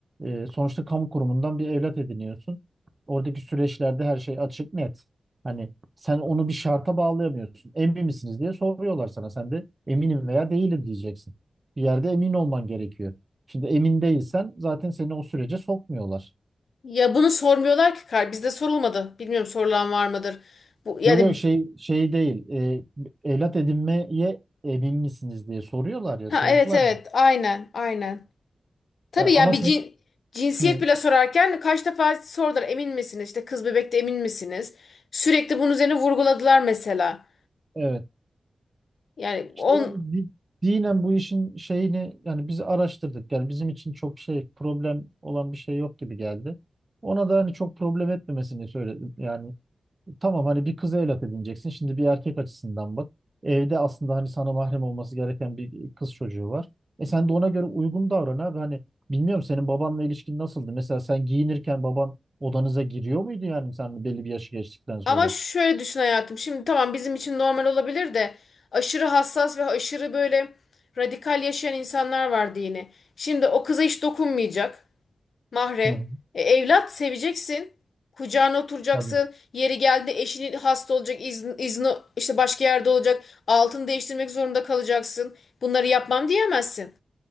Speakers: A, on the right; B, on the left.
A: e, sonuçta kamu kurumundan bir evlat ediniyorsun. Oradaki süreçlerde her şey açık net. Hani sen onu bir şarta bağlayamıyorsun. Emin misiniz diye soruyorlar sana. Sen de eminim veya değilim diyeceksin. Bir yerde emin olman gerekiyor. Şimdi emin değilsen zaten seni o sürece sokmuyorlar.
B: Ya bunu sormuyorlar ki kar bizde sorulmadı. Bilmiyorum sorulan var mıdır? Bu yani
A: Yok yok şey şey değil. e, evlat edinmeye emin misiniz diye soruyorlar ya
B: ha
A: sordular
B: evet evet
A: mı?
B: aynen aynen. Tabii
A: Ya E, ama
B: yani bir
A: sen
B: cin, cinsiyet
A: hı,
B: bile sorarken kaç defa sordular emin misiniz? İşte kız bebekte emin misiniz? Sürekli bunun üzerine vurguladılar mesela.
A: evet.
B: Yani
A: İşte
B: on
A: yani di- dinen bu işin şeyini yani biz araştırdık. Yani bizim için çok şey problem olan bir şey yok gibi geldi. Ona da hani çok problem etmemesini söyledim. Yani Tamam hani bir kıza evlat edineceksin. Şimdi bir erkek açısından bak. Evde aslında hani sana mahrem olması gereken bir kız çocuğu var. E sen de ona göre uygun davran abi. Hani bilmiyorum senin babanla ilişkin nasıldı? Mesela sen giyinirken baban odanıza giriyor muydu yani sen belli bir yaşı geçtikten sonra?
B: Ama şöyle düşün hayatım. Şimdi tamam bizim için normal olabilir de aşırı hassas ve aşırı böyle radikal yaşayan insanlar vardı yine. Şimdi o kıza hiç dokunmayacak. Mahrem.
A: Hı hı.
B: E, evlat seveceksin. Kucağına oturacaksın.
A: Tabii.
B: Yeri geldi eşinin hasta olacak. izn- izni işte başka yerde olacak. Altını değiştirmek zorunda kalacaksın. Bunları yapmam diyemezsin.